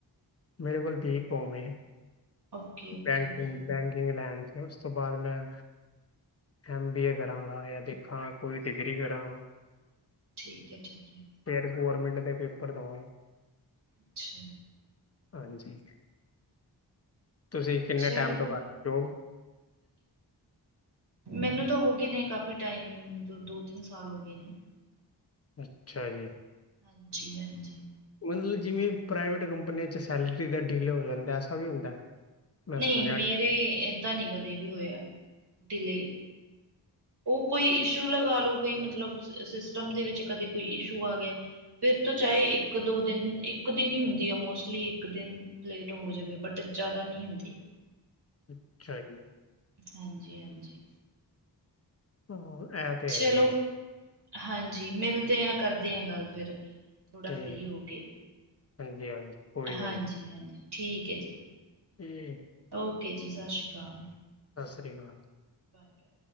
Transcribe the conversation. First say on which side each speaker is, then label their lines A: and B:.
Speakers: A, on the left; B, on the right.
A: ਮੇਰੇ ਕੋਲ ਬੀਕੌਮ ਐ
B: ਓਕੇ-ਓਕੇ,
A: ਬੈਂਕਗ ਬੈਂਕਿੰਗ ਲਾਈਨ। ਉਸ ਤੋਂ ਬਾਅਦ ਮੈਂ ਐਮ ਬੀ ਏ ਕਰਾਂਗਾ ਜਾਂ ਦੇਖਾਂ ਕੋਈ ਡਿਗਰੀ ਕਰਾਂਗਾ।
B: ਠੀਕ ਆ ਠੀਕ ਆ।
A: ਫਿਰ ਗੌਰਰਮੈਂਟ ਦੇ ਪੇਪਰ ਦੇਵਾਂਗੇ।
B: ਅੱਛਾ।
A: ਹਾਂਜੀ ਤੁਸੀਂ ਕਿੰਨੇ
B: ਚਲੋ।
A: ਟਾਈਮ ਤੋਂ ਕਰ ਰਹੇ ਓ।
B: ਮੈਨੂੰ ਤਾਂ ਹੋ ਗਏ ਨੇ ਕਾਫੀ ਟਾਈਮ ਦੋ ਤਿੰਨ ਸਾਲ ਹੋ ਗਏ ਨੇ।
A: ਅੱਛਾ ਜੀ।
B: ਹਾਂਜੀ ਹਾਂਜੀ।
A: ਮਤਲਬ ਜਿਵੇਂ ਪ੍ਰਾਈਵੇਟ ਕੰਪਨੀਆਂ ਚ' ਸੈਲਰੀ ਦਾ ਡੀਲੇ ਹੋ ਜਾਂਦਾ ਐਸਾ ਵੀ ਹੁੰਦਾ। ਮੈਂ
B: ਨਹੀਂ
A: ਸੁਣਿਆ
B: ਮੇਰੇ ਏਦਾਂ ਨਹੀਂ ਕਦੇ ਵੀ ਹੋਇਆ ਡੀਲੇਅ ਉਹ ਕੋਈ ਇਸ਼ੂ ਲਗਾ ਲਓ ਕੋਈ ਮਤਲਬ ਸਿਸਟਮ ਦੇ ਵਿੱਚ ਕਦੇ ਕੋਈ ਇਸ਼ੂ ਆ ਗਿਆ। ਫਿਰ ਤੋਂ ਚਾਹੇ ਇੱਕ ਦੋ ਦਿਨ ਇੱਕ ਦਿਨ ਹੀ ਹੁੰਦੀ ਆ ਮੋਸਟਲੀ ਇੱਕ ਦਿਨ। ਲੇਟ ਹੋ ਜਾਵੇ ਬਟ ਜ਼ਿਆਦਾ ਨੀ ਹੁੰਦੀ।
A: ਅੱਛਾ ਜੀ।
B: ਹਾਂਜੀ, ਹਾਂਜੀ।
A: ਹੂੰ ਇਹ ਤੇ ਹੈਈ
B: ਚਲੋ
A: ਐ।
B: ਹਾਂਜੀ, ਮਿਲਦੇ ਆ ਕਰਦੇ ਆ ਗੱਲ ਫਿਰ ਥੋੜਾ
A: ਤੇ
B: ਫ੍ਰਰੀ ਹੋ ਕੇ
A: ਹਾਂਜੀ, ਹਾਂਜੀ। ਕੋਈ ਨਾ
B: ਹਾਂਜੀ
A: ਜੀ
B: ਹਾਂਜੀ, ਠੀਕ ਐ ਜੀ।
A: <unintelligible>
B: ਓਕੇ ਜੀ ਸਤਿ ਸ਼੍ਰੀ ਅਕਾਲ।
A: ਸਤਿ ਸ਼੍ਰੀ ਅਕਾਲ।
B: Bye, bye.